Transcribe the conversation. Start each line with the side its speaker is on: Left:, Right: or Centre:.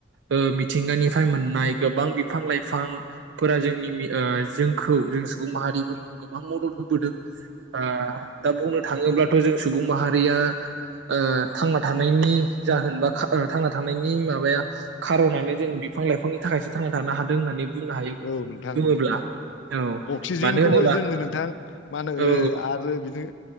Right: ओ मिथिंगानिफ्राय मोननाय गोबां बिफां लाइफांफोरा जोंनि मि ओ जोंखौ जों सुबुं माहारिफोरखौ गोबां मदद होबोदों आ दा बुंनो थाङोब्लाथ' जों सुबुं माहारिया ओ थांना थानायनि जाहोन बा खा ओ थांना थानायनि मा <unintelligible> खारनानो जों बिफां लाइफांनि थाखायसो थांना थानो हादों होननानै बुंनो हायो
Left: औ नोंथां
Right: बुङोब्ला
Left: ओं
Right: औ
Left: अक्सिजेनखौबो
Right: मानो होनोबा
Left: जोङो नोंथां मान हो
Right: औ
Left: आरो बिदि